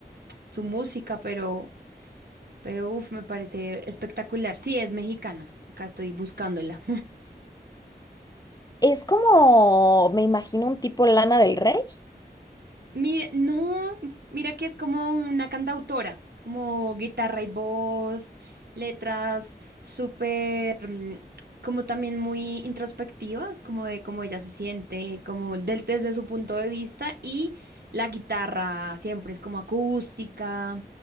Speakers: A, on the right (about 70°); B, on the left (about 20°).
A: su música, pero, pero uff, me parece espectacular. Sí, es mexicana. Acá estoy buscándola.
B: Es como, me imagino, un tipo Lana del Rey.
A: Mira, no, mira que es como una cantautora, como guitarra y voz, letras súper, mm, como también muy introspectivas, como de cómo ella se siente, como del- desde su punto de vista y la guitarra siempre es como acústica,